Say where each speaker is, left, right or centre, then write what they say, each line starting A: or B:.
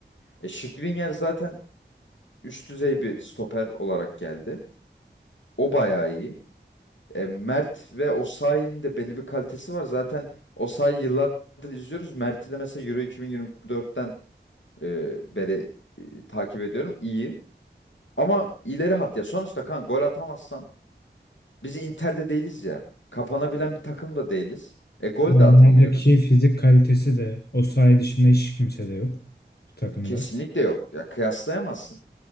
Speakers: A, on the left (about 90°); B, on the left (about 60°).
A: E, Skriniar zaten üst düzey bir stoper olarak geldi. O bayağı iyi. E, Mert ve Osayi'nin de belli bir kalitesi var. Zaten Osayi yıllardır izliyoruz. Mert'i de mesela Euro 2024'ten e, beri e, takip ediyorum. İyi. Ama ileri hat ya. Sonuçta kan gol atamazsan biz Inter'de değiliz ya. Kapanabilen bir takım da değiliz. E gol
B: onlardaki
A: de atamıyoruz.
B: fizik kalitesi de o saha dışında hiç kimse de yok bu takımda.
A: Kesinlikle yok. Ya kıyaslayamazsın.